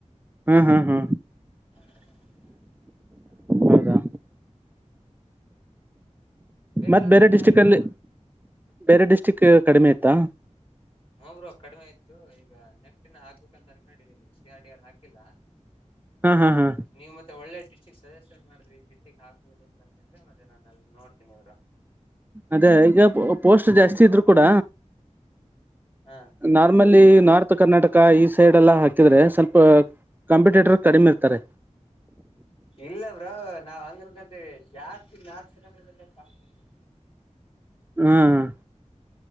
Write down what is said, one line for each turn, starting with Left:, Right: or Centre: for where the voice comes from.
Right: ಹಾ ಹಾ ಹಾ
Left: ಅಂತ ಹಾಕ್ಬಿಡೋಣ ಅಂತ
Right: ಹೌದಾ ಮತ್ತ
Left: ಯಾರಾದ್ರೂ
Right: ಬೇರೆ
Left: ಚೆನ್ನಾಗಿರೋ
Right: ಡಿಸ್ಟ್ರಿಕ್ ಅಲ್ಲಿ
Left: ಹ್ಮ
Right: ಬೇರೆ ಡಿಸ್ಟಿಕ್ ಕಡಿಮೆ ಇತ್ತಾ.
Left: ಹೋಬ್ರರು ಕಡಿಮೆ ಇತ್ತು ಈಗ ನೆಫ್ಟಿನ ಹಾಕ್ಬೇಕಂತ ಅನ್ಕೊಂಡಿದೀನಿ ಸಿ ಆರ್ ಡಿ ಆರ್ ಹಾಕಿಲ್ಲಾ.
Right: ಹಾ ಹಾ ಹಾ
Left: ನೀವು ಮತ್ತೆ ಒಳ್ಳೆ ಡಿಸ್ಟಿಕ್ ಸಜೆಷನ್ ಮಾಡಿದ್ರಿ ಈಡಿಸ್ಟಿಕ್ ಆಗ್ಬಹುದು ಅಂತಿದೆ ಮತ್ತೆ ನಾನು ಅ ನೋಡ್ತೀನಿ ಬ್ರೋ
Right: ಅದೇ ಈಗ ಪೋಸ್ಟ್ ಜಾಸ್ತಿ ಇದ್ರು ಕೂಡ,
Left: ಹಾಂ
Right: ನಾರ್ಮಲಿ ನಾರ್ತ್ ಕರ್ನಾಟಕ ಈ ಸೈಡ್ ಎಲ್ಲ ಹಾಕಿದ್ರೆ ಸ್ವಲ್ಪ ಕಂಪಿಟೇ, ಟ್ರ ಕಡಿಮೆ ಇರ್ತಾರೆ.
Left: ಇಲ್ಲ ಬ್ರೋ ನಾವ್ ಹಂಗರ್ತಂತೆ ಜಾಸ್ತಿ ನಾ <unintelligible>
Right: ಹ್ಮ್ -ಹ್ಮ್